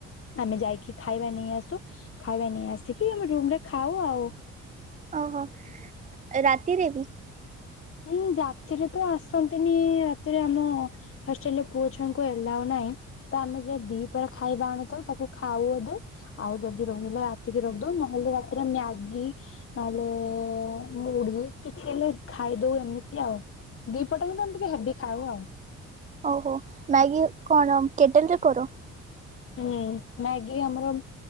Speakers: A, on the left; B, on the right.
A: ଆମେ ଯାଇକି ଖାଇବା ନେଇ ଆସୁ। ଖାଇବା ନେଇ ଆସିକି ଆମେ ରୁମରେ ଖାଉ ଆଉ।
B: ଅ ହୋ ରାତିରେ ବି?
A: ହୁଁ ରାତିରେ ତ ଆସନ୍ତିନି। ରାତିରେ ଆମ ହଷ୍ଟେଲରେ ପୁଅ ଛୁଆଙ୍କୁ ଏଲାଓ ନାଇଁ - ତ ଆମେ ଯେ ଦିପା ଖାଇବା ଆଣିଥାଉ ତାକୁ ଖାଉଅଧେ ଆଉ ଯଦି ରହିଲା ରାତିକି ରଖିଦଉ ନହେଲେ ରାତିରେ ମ୍ୟାଗି ନହଲେ ମୁଢ଼ି କିଛିନ ଖାଇଦଉ ଏମିତି ଆଉ, ଦିପଟ କିନ୍ତୁ ଆମେ ଟିକେ ହେବି ଖାଉ ଆଉ।
B: ଅହୋ ମ୍ୟାଗି କଣ କେଟେଲରେ କର?
A: ହୁଁ ମ୍ୟାଗି ଆମର